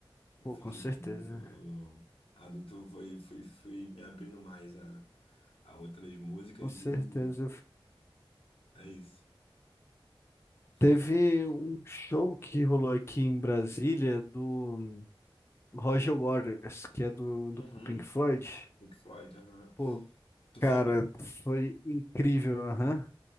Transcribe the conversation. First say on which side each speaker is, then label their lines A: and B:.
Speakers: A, on the left (about 80°); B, on the left (about 25°).
A: eu
B: Pô,
A: fui
B: com
A: ficando
B: certeza.
A: adulto, eu fui, fui, fui me abrindo mais a, a outras músicas
B: Com certeza.
A: e
B: Eu f-
A: é isso. Você-
B: Teve um show que rolou aqui em Brasília do Roger Waters, que é do, do
A: Uhum.
B: Pink Floyd.
A: Pink Floyd, aham.
B: Pô,
A: Tu
B: cara,
A: foi?
B: foi incrível, aham.